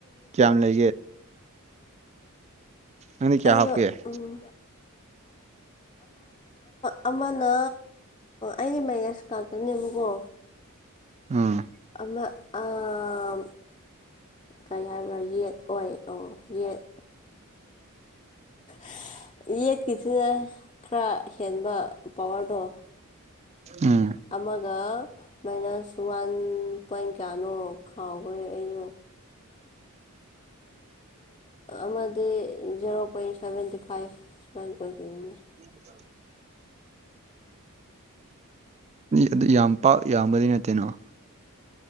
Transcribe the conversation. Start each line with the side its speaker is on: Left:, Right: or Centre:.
Right: ꯀꯌꯥꯝ ꯂꯩꯒꯦ ꯑꯅꯤ ꯀꯌꯥ
Left: ꯑꯩꯗꯣ
Right: ꯍꯥꯐ ꯀ
Left: ꯎꯝ ꯑꯃꯅ ꯑꯩꯁ ꯃꯌꯥꯁ ꯀꯥꯛꯇꯣꯏꯅꯦꯕꯀꯣ
Right: ꯑꯥ
Left: ꯃ ꯑꯥ ꯀꯩ ꯍꯥꯏꯕ꯭ꯔꯥ ꯌꯦꯠ ꯑꯣꯏ ꯑꯣ ꯌꯦꯠ <inaudible> ꯌꯦꯠꯀꯤꯁꯤꯅ ꯈꯔ ꯍꯦꯟꯕ ꯄꯋꯥꯔꯗꯣ
Right: ꯎꯝ
Left: ꯑꯃꯒ <inaudible> ꯃꯥꯏꯅꯁ ꯋꯥꯟ ꯄꯣꯏꯟ ꯀꯌꯥꯅꯣ ꯈꯥꯎꯈ꯭ꯔꯦ ꯑꯩꯁꯨꯣ ꯑꯃꯗꯤ ꯖꯦꯔꯣ ꯄꯣꯏꯟ ꯁꯚꯦꯟꯇꯤ ꯐꯥꯏꯚ ꯁꯨꯃꯥꯏꯅ ꯑꯣꯏꯈꯤꯕꯅꯤ
Right: ꯣ ꯑꯗꯨ ꯌꯥꯝ ꯄ ꯌꯥꯝꯕꯗꯤ ꯅꯠꯇꯦꯅꯣ <inaudible>